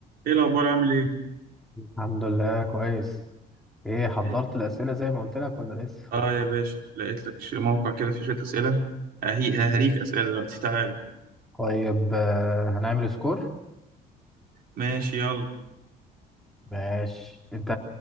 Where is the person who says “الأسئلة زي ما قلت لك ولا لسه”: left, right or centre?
Centre